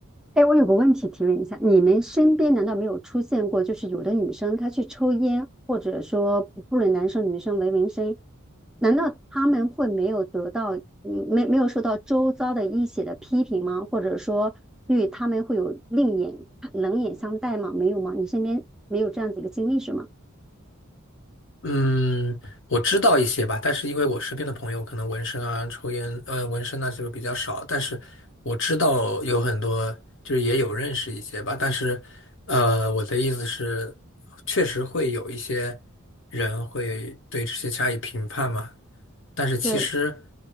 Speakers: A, in the centre; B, on the left (about 60°).
A: 哎，我有个问题提问一下，你们身边难道没有出现过，就是有的女生她去抽烟，或者说不论男生女生纹纹身，难道他们会没有得到，嗯没没有受到周遭的一些的批评吗？或者说对他们会有另眼冷眼相待吗？没有吗？你身边没有这样子一个经历是吗？
B: 嗯，我知道一些吧，但是因为我身边的朋友可能纹身啊、抽烟，呃，纹身啊这个比较少，但是我知道有很多，就是也有认识一些吧，但是，呃，我的意思是，确实会有一些人会对这些加以评判嘛，但是其实
A: 对。